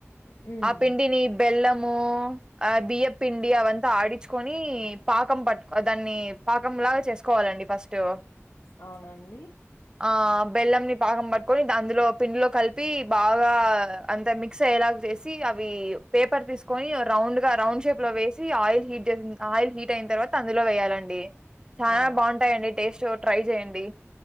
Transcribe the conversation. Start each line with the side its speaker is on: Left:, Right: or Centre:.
Left: హ్మ్.
Right: ఆ పిండిని బెల్లం ము ఆ బియ్యప్పిండి అవంతా ఆడిచుకొని పాకం పట్టుకో దాన్ని పాకం. లాగా చేసుకోవాలండి ఫస్టు
Left: అవునండి.
Right: ఆ బెల్లంని పాకం పట్టుకొని ద అందులో పిండిలో కలిపి బాగా అంత మిక్స్ అయ్యేలాగా చేస్ సి అవి పేపర్ తీసుకొని రౌండ్ గా రౌండ్ షేప్ లో వేసి, ఆయిల్ హీట్ చేసి ఆయిల్ హీట్ అయిన తర్వ త అందులో వేయాలండి, చానా
Left: ఆ!
Right: బాగుంటాయండి టేస్ట్ ట్రై చేయండి.